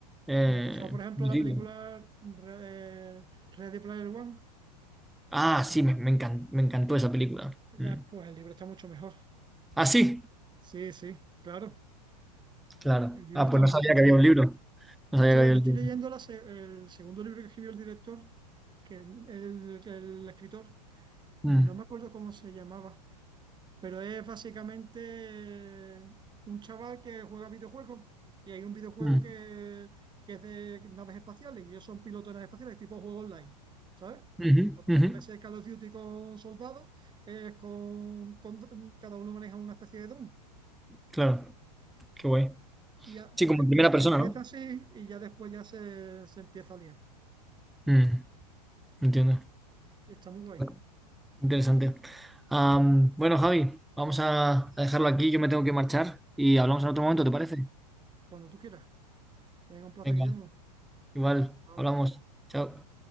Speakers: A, in the centre; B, on the right (about 20°).
A: eh,
B: le pasó, por ejemplo,
A: metido.
B: a la película Re- eh, Ready Player One.
A: Ah, sí, me, me encan- me encantó esa película.
B: La-
A: Mm.
B: pues el libro está mucho mejor.
A: Ah, sí,
B: Sí, sí, claro.
A: claro.
B: El libro
A: Ah,
B: está
A: pues no
B: mejor
A: sabía
B: conseguido.
A: que había un libro. No
B: Yo,
A: sabía
B: estaba,
A: que había
B: yo
A: un
B: estoy
A: libro.
B: leyendo la se- el segundo libro que escribió el director, que el el- el escritor no
A: Mm,
B: me acuerdo cómo se llamaba, pero es básicamente un chaval que juega videojuegos y hay un videojuego
A: mm.
B: que, que es de naves espaciales y ellos son pilotos de naves espaciales, tipo juego online, ¿sabes?
A: Ujú,
B: Lo que pasa
A: ujú.
B: es que en vez de Call of Duty con soldados, es con, con- cada uno maneja una especie de dron.
A: Claro, qué guay.
B: Y ya, pues
A: Sí, como
B: empieza,
A: en primera persona,
B: empieza
A: ¿no?
B: así y ya después ya se, se empieza a liar.
A: Mm. Entiendo.
B: Y está muy guay.
A: Bueno, Interesante. Am, bueno, Javi, vamos a a dejarlo aquí. Yo me tengo que marchar y hablamos
B: Perfecto.
A: en otro momento, ¿te parece?
B: Cuando tú quieras. Venga, un placer,
A: Venga,
B: Guillermo.
A: igual,
B: Chao.
A: hablamos. Chao.